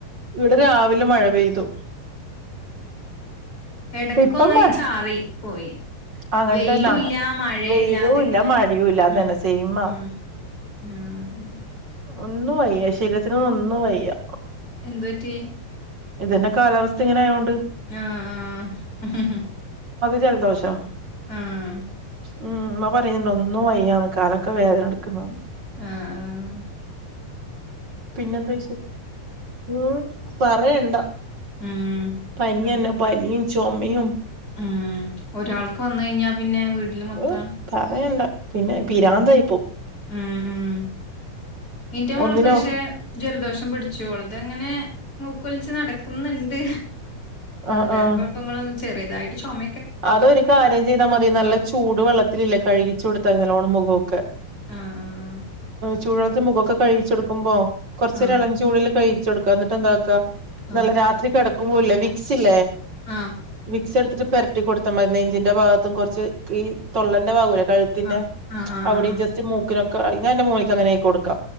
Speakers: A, on the right; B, on the left.
A: അവിടെ രാവിലെ മഴ പെയ്തു
B: എടക്കൊന്നായി
A: ഇപ്പം മഴ
B: ചാറി പോയി
A: അങ്ങൻതന്നാ
B: വെയിലും ഇല്ല മഴയില്ല
A: വെയിലും
B: അതെങ്ങനെ
A: ഇല്ല മഴയും ഇല്ല അതന്നെ
B: ഉം
A: സെയിം
B: ഉ ആഹ അതന്നെ
A: ഒന്ന്ും വയ്യ ശരീരത്തിന ഒന്നും വയ്യ
B: എന്ത് പറ്റി
A: ഇതന്നെ കാലാവസ്ഥ ഇങ്ങനെയോണ്ട്
B: ആ ആ
A: ചന്തോഷോ
B: ആഹ
A: ഉം എന്ന പറയുന്നുണ്ട് ഒന്നും വയ്യാണ് കാലൊക്കെ വേദന എടുക്കുന്നതാണ്
B: ആഹ ആ
A: പിന്നെന്താ ഉ പറയണ്ടാ
B: ഉം
A: പനിയന്നെ
B: അതെ
A: പനിയും ചുമുമയും
B: ഉം ഒരാൾക്ക് വന്ന കഴിഞ്ഞാ പിന്നെ വീട്ടില് മൊത്തം
A: ഉം പറയണ്ട പിന്നെ
B: ഉം ഇത്
A: പിരാന്തുയ് പോകും
B: ഉം ഉം നിന്റെ മോൾക്ക്
A: ഒന്നിനോ
B: പക്ഷെ ജലദോഷം പിടു കൊച്ചളത്ങ്ങനെ മൂക്കൊലിച്ച് നട ുന്നുണ്ട്
A: ആഹ്
B: വേറെ
A: ആഹ്
B: കുഴപ്പങ്ങളൊന്നും ചെറിയതായിട്ട് ചുമ
A: അതൊരു കാര്യം ചെയ്താൽ മതി നല്ല ചൂട് വെള്ളത്തിലില്ലേ കഴുകി കൊടുത്താല്ലോണ് മുഖമൊക്കെ
B: ആഹ ആഹ ആഹ
A: ചൂെടുത്തിത്ത് മുഖമൊക്കെ കഴിച്ചെടുക്കുമ്പോ കൊറച്ചൊര
B: ആഹ്
A: ഇളം ചൂടുൽ കഴിച്ച കൊടുക്കുക എന്നിട്ട് എന്താക്കാ
B: ആഹ്
A: നല്ല രാത്രി കിടക്കുമ്പോ ഇല്ല വിക്സ് ഇല്ലേ
B: വ
A: കുറച്ചെടുത്തിട്ട് പരട്ടി കൊടുത്ത മതി നഞ്ചിന്റെ ഭാഗത്തും കുറച്ച് ഈ തൊള്ളൻന്റെ ഭാഗുലെ കഴുത്തിന്റെ
B: ആഹ് ആഹ് ആഹ്
A: അവിടെയും
B: ആഹ്
A: ജസ്റ്റ് മൂക്കിനൊക്കെ ഞാൻ എന്റെ മോനക്ക് അങ്ങനെ ആക്കി കൊടുക്കാ